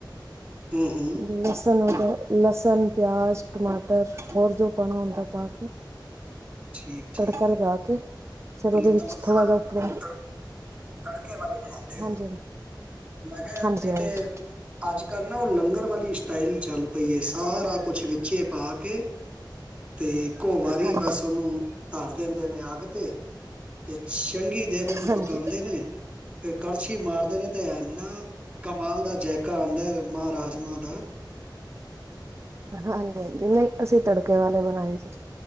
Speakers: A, on the right; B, on the right.
A: ਹੂੰ ਹੂੰ
B: ਬੇਸਣ ਹੋਗਿਆ ਲਸਣ ਪਿਆਜ ਟਮਾਟਰ ਹੋਰ ਜੋ ਪਾਉਣਾ ਉਹਦਾ ਪਾ ਕੇ,
A: ਠੀਕ ਠੀਕ
B: ਤੜਕਾ
A: ਹੈ।
B: ਲਗਾ ਕੇ ਫੇਰ
A: ਮਤਲਬ
B: ਉਹਦੇ ਵਿੱਚ
A: ਤੜਕੇ
B: ਥੋੜ੍ਹਾ
A: ਵਾਲੇ
B: ਜੀਹਾ ਉੱਪਰੋਂ
A: ਤੜ- ਤੜਕੇ ਵਾਲੀ ਬਣਾਉਂਦੇ ਹੋ।
B: ਹਾਂਜੀ
A: ਮੈਂ ਕਿਹਾ
B: ਹਾਂਜੀ
A: ਨਹੀਂ
B: ਹਾਂਜੀ
A: ਤੇ ਅੱਜ ਕੱਲ੍ਹ ਨਾ ਉਹ ਲੰਗਰ ਵਾਲੀ ਸਟਾਈਲ ਚੱਲ ਪਈ ਸਾਰਾ ਕੁਛ ਵਿੱਚੇ ਪਾ ਕੇ ਤੇ ਇੱਕੋ ਵਾਰੀ
B: ਹਾਂਜੀ
A: ਬਸ ਉਹਨੂੰ ਧਾਰ ਦਿੰਦੇ ਨੇ ਅੱਗ ਤੇ, ਤੇ ਚੰਗੀ ਦੇਰ ਉਹਨੂੰ
B: ਹਾਂਜੀ ਹਾਂਜੀ
A: ਪਕਾਉਂਦੇ ਨੇ, ਤੇ ਕਰਛੀ ਮਾਰਦੇ ਨੇ ਤੇ ਇਨਾ ਕਮਾਲ ਦਾ ਜੈਕਾ ਆਉਂਦਾ ਮਹਾ ਰਾਜਮਾਂ ਦਾ
B: ਹਾਂਜੀ ਹਾਂਜੀ ਨਹੀਂ ਅਸੀਂ ਤੜਕੇ ਵਾਲੇ ਬਣਾਏ ਸੀ।